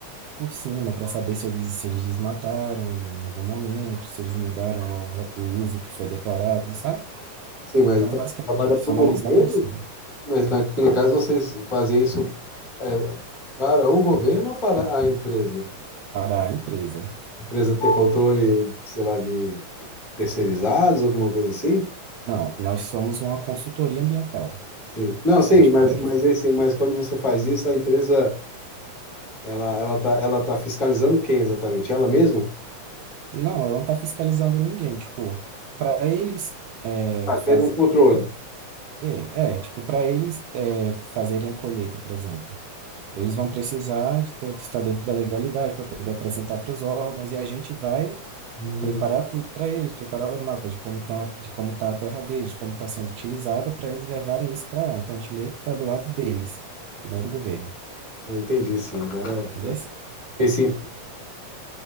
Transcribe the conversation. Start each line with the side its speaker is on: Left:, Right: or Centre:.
Right: por cima para saber se eles, se eles desmataram em algum momento, se eles mudaram a o uso que foi declarado, sabe?
Left: Sim, mas
Right: Então
Left: então
Right: é basicamente
Left: você trabalha
Right: isso,
Left: para o
Right: analisar
Left: governo?
Right: por cima
Left: Mas na- no caso, vocês fazem isso é, para o governo ou para a empresa?
Right: para a empresa.
Left: Empresa ter controle, sei lá, de terceirizados, alguma coisa assim?
Right: Não, nós somos uma consultoria ambiental.
Left: Sim. Não, sim,
Right: A gente
Left: mas,
Right: pref-
Left: mas, esse, mas quando você faz isso, a empresa, ela, ela tá, ela tá fiscalizando quem exatamente? Ela mesma?
Right: não, ela não está fiscalizando ninguém, tipo, para eles é,
Left: Ah,
Right: fazer,
Left: ter um controle.
Right: é, é, tipo, para eles é, fazerem a colheita, por exemplo. Eles vão precisar de ter, estar dentro da legalidade para poder apresentar para os órgãos e a gente vai
Left: Hum,
Right: preparar tudo para eles, preparar os mapas de como tá, de como tá a terra deles, como está sendo utilizada, para eles levarem isso para lá. Então a gente meio que está do lado deles e não do governo,
Left: não entendi, sim. Agora, agora
Right: entendeu?
Left: fiquei sim,